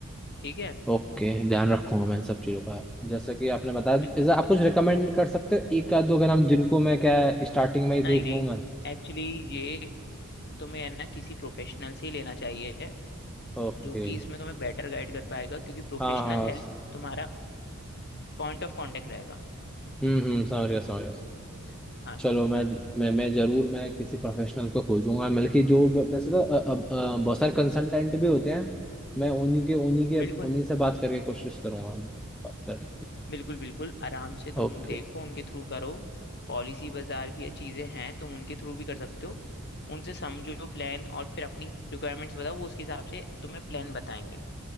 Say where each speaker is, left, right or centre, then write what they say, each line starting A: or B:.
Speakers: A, on the left; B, in the centre.
A: ठीक है
B: ओके ध्यान रखूंगा मैं इन सब चीज़ों का जैसा कि आपने बताया जैसे
A: बिल्कुल बिल्कुल
B: आप कुछ रिकमेंड कर सकते हो एक आध दो के नाम जिनको मैं क्या स्टार्टिंग में ही
A: नहीं
B: देख
A: नहीं
B: लूँ मैं
A: एक्चुअली ये तुम्हें है ना किसी प्रोफेशनल से ही लेना चाहिए
B: ओके
A: जो कि इसमें तुम्हें बेटर गाइड कर पाएगा क्योंकि प्रोफेशनल
B: हाँ हाँ हाँ।
A: हेल्प तुम्हारा पॉइंट ऑफ कांटेक्ट रहेगा
B: हम्म हम्म समझ गया समझ गया
A: हाँ
B: चलो मैं मैं मैं जरूर मैं किसी प्रोफेशनल को खोजूंगा बल्कि जो ब- वैसे तो अ- अब अ, बहुत सारे कंसल्टेंट भी होते हैं मैं उन्हीं के उन्हीं के
A: बिल्कुल
B: उन्हीं से बात करके कोशिश करूंगा बात करने की
A: बिल्कुल बिल्कुल आराम से तुम
B: Okay
A: देखो उनके थ्रू करो पॉलिसी बाजार भी ये चीज़ें हैं तुम उनके थ्रू भी कर सकते हो उनसे समझो प्लान और फिर अपनी रिक्वायरमेंट्स बताओ वो उसके हिसाब से तुम्हें प्लान बताएंगे